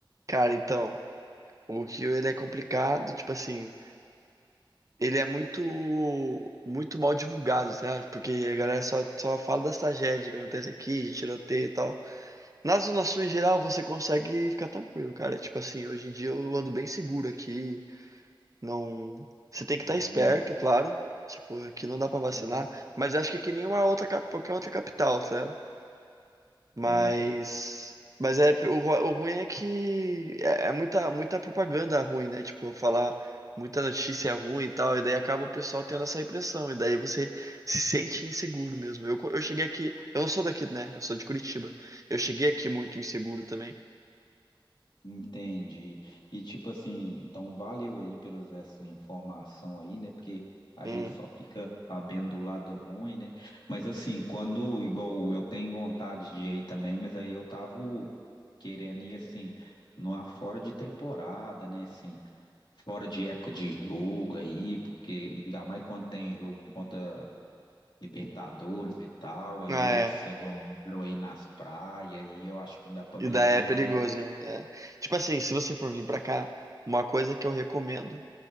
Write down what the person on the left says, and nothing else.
Hum,
uhum.
É.
Entendi. E tipo assim, então valeu aí pelas essa informação aí, né? Porque a
gente só fica sabendo do lado ruim, né? Mas assim, quando igual eu tenho vontade de ir também, mas aí eu tava querendo ir assim, numa fora de temporada, né? Assim, fora de época de jogo aí, porque ainda mais quando tem jogo contra Libertadores e tal, aí
eles
se aglomeram aí nas praias, e eu acho que não dá pra
viajar
aí.